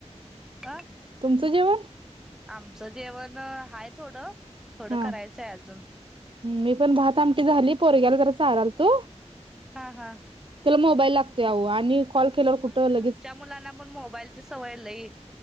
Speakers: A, in the centre; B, on the right (about 45°).
A: आ.
B: तुमचं जेवन.
A: आमचं जेवण हाय थोडं, थोडं
B: हा
A: करायचंय अजून.
B: मी पण भात आमटी झाली पोरग्याला जरा चाारालतो.
A: हा हा.
B: त्याला मोबाईल लागतोय आहो आणि कॉल केल्यावर
A: होय
B: कुठं
A: होय
B: लगेच
A: आमच्या मुलांना पण मोबाईलची सवय लई.